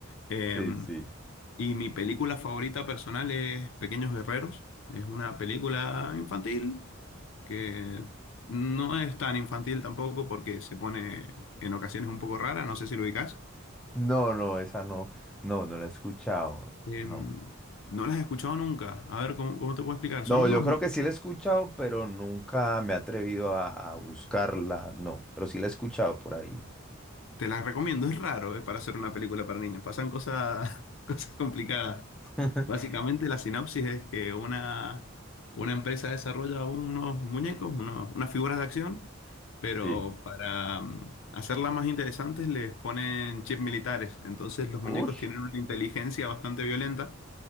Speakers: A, on the left (about 65°); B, in the centre.
A: Eh,
B: Sí, sí.
A: y mi película favorita personal es Pequeños Guerreros. Es una película infantil que no es tan infantil tampoco porque se pone en ocasiones un poco rara, no sé si lo ubicás.
B: No, no, esa no, no, no la he escuchado,
A: Eh,
B: no.
A: no las he escuchado nunca. A ver, ¿cómo, cómo te puedo explicar?
B: No,
A: Son unos
B: yo creo que sí la he escuchado, pero nunca me he atrevido a, a buscarla, no, pero sí la he escuchado por ahí.
A: Te las recomiendo, es raro, eh, para hacer una película para niños. Pasan cosas, <laughs> cosas complicadas.
B: <laughs>
A: Básicamente la sinopsis es que una, una empresa desarrolla unos muñecos, unos- unas figuras de acción, pero
B: Sí.
A: para mm, hacerlas más interesantes les ponen chips militares. Entonces los
B: Ush.
A: muñecos tienen una inteligencia bastante violenta